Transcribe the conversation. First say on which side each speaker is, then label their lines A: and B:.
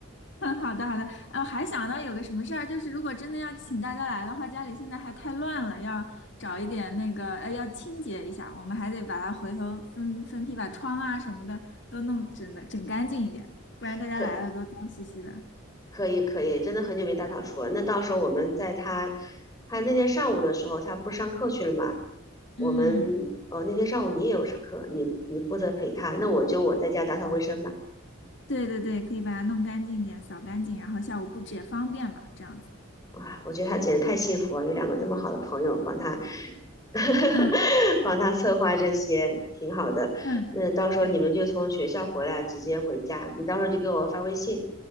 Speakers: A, on the left; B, on the left.
A: 好的，好的，呃，还想到有个什么事儿，就是如果真的要请大家来的话，家里现在还太乱了，要找一点那个，呃，要清洁一下，我们还得把它回头分分批把窗啊什么的都弄整的整干净一点，不然大家来了都脏兮兮的。
B: <laughs> 可以可以，真的很久没打扫除了。那到时候我们在他他那天上午的时候，他不是上课去了嘛？我们哦，
A: 嗯，
B: 那天上午你也有课，你你负责陪他，那我就我在家打扫卫生吧。
A: 对对对，可以把它弄干净一点，扫干净，然后下午布置也方便嘛，这样子。
B: 哇，我觉得他简直太幸福了，有两个这么好的朋友帮他 <laughs>
A: 嗯
B: 帮他策划这些，挺好的。
A: 嗯，
B: 那到时候你们就从学校回来直接回家，
A: 对，
B: 你到时候就给我发微信，